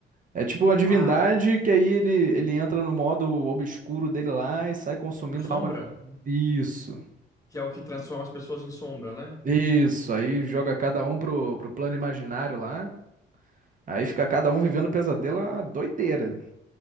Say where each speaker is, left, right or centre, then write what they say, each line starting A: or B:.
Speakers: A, on the right (about 40°); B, on the left (about 15°).
A: É tipo uma divindade
B: Ah,
A: que aí ele, ele entra no modo obscuro dele lá e sai consumindo
B: o Sombra,
A: a alma de todo mundo. Isso.
B: que é o que transforma as pessoas em sombra, né?
A: Isso. Aí joga cada um pro, pro plano imaginário lá. Aí fica cada um vivendo pesadelo, a doideira.